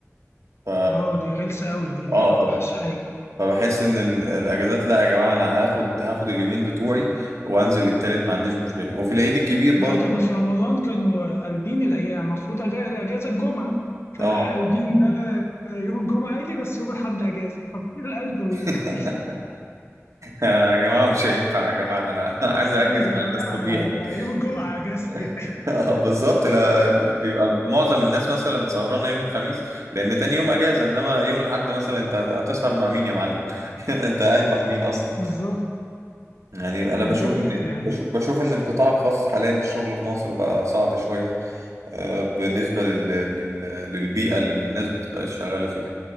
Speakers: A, on the right; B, on the left.
A: ف
B: اه دي غلسه قوي دي
A: اه
B: دي اوحش حاجه
A: فبحس ان ال- الاجازات لا يا جماعه انا هاخد هاخد اليومين بتوعي وانزل التالت ما عنديش مشكله وفي العيد الكبير برضو
B: لا ده انا في رمضان كانوا قلبين الايام المفروض أجا- الاجازه الجمعه فلا
A: اه
B: قلبين ده أنا يوم الجمعه اجي بس يوم الاحد اجازه طب ايه القلب ده؟
A: <laughs>
B: <laughs>
A: يا جماعه مش هينفع يا جماعه انا <laughs> عايز اجز
B: آه يا
A: مع
B: جماعه
A: الناس طبيعي
B: أنا يوم
A: <laughs>
B: الجمعه اجازتي <laughs>
A: آه، بالظبط لا بيبقى معظم الناس مثلا سهرانه يوم الخميس لان تاني يوم اجازه انما يوم الاحد مثلا انت هتسهر مع مين يا معلم <laughs> انت قاعد مع مين اصلا
B: بالظبط
A: يعني انا
B: بالظبط
A: بشوف ان
B: يعني
A: بشوف بشوف ان القطاع الخاص حاليا الشغل في مصر بقى صعب شويه آه، بالنسبة لل... لل... للبيئة اللي الناس بتبقى شغالة فيها